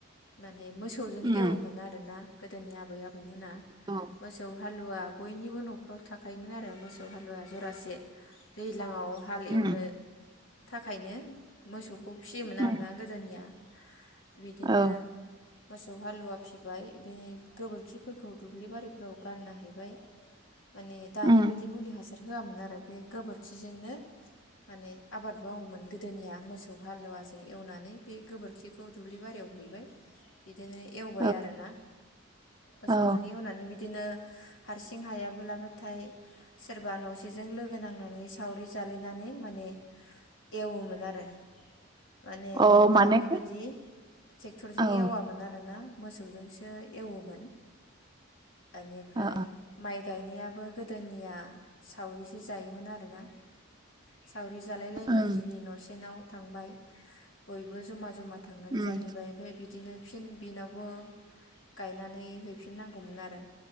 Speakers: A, on the left; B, on the right.
A: मा ने मोसौजों
B: उम
A: एवोमोन आरोना गोदोनि आबै आबौ मोना
B: औ
A: मोसौ हालुवा बयनिबो न'खराव थाखायोमोन आरो मोसौ हालुवाया जरासे दैज्लाङाव हाल एवनो
B: उम
A: थाखायनो मोसौखौ फिसियोमोन
B: उम
A: आरोना गोदोनिया बिदिनो
B: औ
A: मोसौ हालुवा फिबाय बे गोबोरखिफोरखौ दुब्लि बारिफोराव गारना हैबाय माने दानि
B: उम
A: बायदि मुलि हासा र होआमोन आरो बे गोबोरखिजोंनो माने आबाद मावोमोन गोदोनिया मोसौ हालुवाजों एवनानै बे गोबोरखिखौ दुब्लि बारियाव हैबाय बिदिनो एवबाय
B: औ
A: आरोना मोसौजों
B: औ
A: एवनानै बिदिनो हारसिं हायाबो लाबाथाय सोरबा न'सेजों लोगो नांनानै सावरि जालायनानै माने एवोमोन आरो माने
B: औ
A: दानि
B: माने
A: बादि टेक्टरजों
B: औ ओ
A: एवामोन आरोना मोसौजोंसो एवोमोन एनिफ्राय
B: ओ
A: माइ गायनायाबो गोदोनिया सावरिसो जायोमोन आरोना सावरि जालायलायोन
B: ओं
A: दिनै न'सेनाव थांबाय बयबो जमा जमा थांनानै
B: उम
A: जाहैबाय ओमफाय बिदिनो फिन बिनावबो गायनानै हैफिननांगौमोन आरो